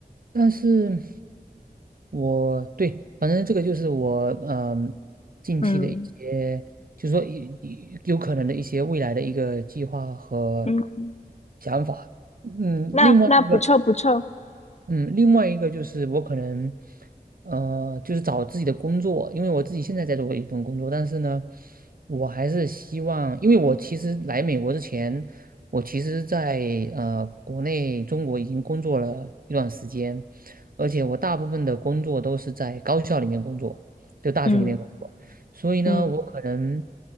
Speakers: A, on the right; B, on the left.
A: 但是，我对，反正这个就是我嗯近期的一些，
B: 嗯
A: 就是说一一有可能的一些未来的一个计划和
B: 嗯，
A: 想法。嗯，
B: 那那不错不错。
A: 另外一个。嗯，另外一个就是我可能，呃，就是找自己的工作，因为我自己现在在做一份工作，但是呢，我还是希望，因为我其实来美国之前，我其实在呃国内中国已经工作了一段时间，而且我大部分的工作都是在高校里面工作，就大学里面工作，
B: 嗯
A: 所以呢，
B: 嗯，
A: 我可能